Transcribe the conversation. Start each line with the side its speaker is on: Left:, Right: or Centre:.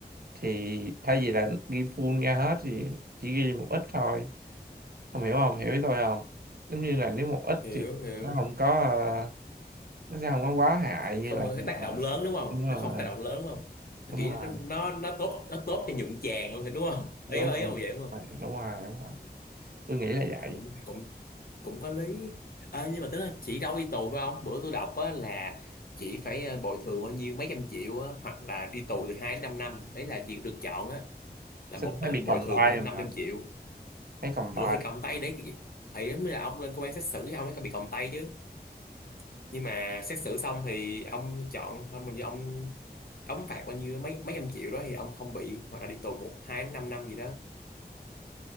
Right: thì thay vì là ghi full ra hết thì chỉ ghi một ít thôi ông hiểu không hiểu ý tôi không giống như là nếu một ít
Left: hiểu
Right: thì
Left: hiểu
Right: nó không có ờ, nó sẽ không có quá hại như
Left: không
Right: là
Left: cái
Right: gì
Left: tác
Right: mà
Left: động lớn đúng không
Right: đúng rồi
Left: nó không tác động lớn đúng không
Right: đúng
Left: nó kiểu
Right: rồi
Left: nó nó nó tốt nó tốt cho nhuận chàng luôn thì đúng không
Right: đúng
Left: ý ý
Right: rồi đúng
Left: ông vậy đúng không
Right: rồi đúng rồi, đúng rồi. tôi nghĩ là
Left: thì
Right: vậy
Left: cũng cũng cũng có lý à, nhưng mà tính là chỉ đâu đi tù thôi ông bữa tôi đọc á là chỉ phải ờ, bồi thường bao nhiêu mấy trăm triệu á hoặc là đi tù từ 2 đến 5 năm ấy là chỉ được chọn á là
Right: sao
Left: một
Right: phải
Left: là
Right: bị
Left: bồi
Right: còng
Left: thường
Right: tay
Left: mấy năm
Right: mà
Left: trăm triệu
Right: thấy còng
Left: ủa
Right: tay
Left: thì còng tay đấy ấy mới là ông lên công an xét xử thì ông mới bị còng tay chứ nhưng mà xét xử xong thì ông chọn ông mình ông đóng phạt bao nhiêu mấy mấy trăm triệu đó thì ông không bị hoặc là đi tù một hai đến năm năm gì đó